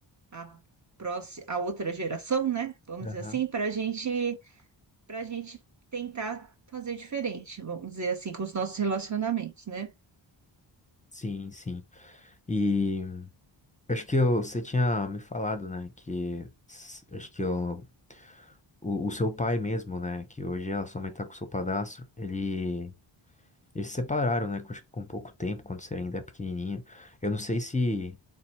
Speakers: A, on the right; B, on the left.
A: a, próxima, a outra geração, né? Vamos
B: aham.
A: dizer assim, para gente, para gente tentar fazer diferente, vamos dizer assim, com os nossos relacionamentos, né?
B: Sim, sim. E. Acho que eu- você tinha me falado, né, que s- acho que eu- o, o seu pai mesmo, né, que hoje a sua mãe tá com o seu padrasto, ele, eles se separaram, né, com- acho que com pouco tempo, quando você ainda é pequenininho. Eu não sei se,